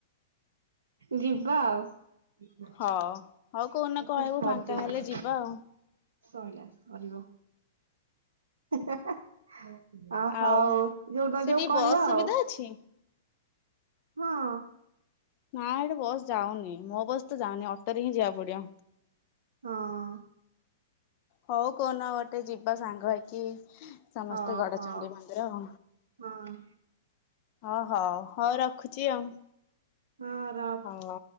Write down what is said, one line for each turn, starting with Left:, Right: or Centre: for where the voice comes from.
Right: ଯିବା ଆଉ। <unintelligible>
Left: ହଉ ହଉ କୋଉଦିନ କହିବୁ
Right: ସର୍ଜିବଣି।
Left: ଫାଙ୍କା ହେଲେ ଯିବା ଆଉ
Right: ସଇଲା ସରିବ। ହା ହା। ଅ ହୋଉ
Left: ଆଉ
Right: ଯୋଉ ନ
Left: ସେଠି
Right: ଯିବ କହିବ
Left: ବସ୍ ସୁବିଧା
Right: ଆଉ।
Left: ଅଛି?
Right: ହଁ।
Left: ନା ଏଠି ବସ୍ ଯାଉନି, ମୋ ବସ୍ ତ ଯାଉନି ଅଟୋରେ ହିଁ ଯିବାକୁ ପଡିବ।
Right: ହଁ।
Left: ହୋଉ କୋଉନ ଗୋଟେ ଯିବା ସାଙ୍ଗ ହେଇକି ସମସ୍ତେ
Right: ହଁ
Left: ଗଡଚଣ୍ଡି
Right: ହଁ
Left: ମ ରହ,
Right: ହଁ
Left: ହ ହଉ ରଖୁଚି ଆଉ।
Right: ହଁ ରଅ
Left: ହାଲୋ।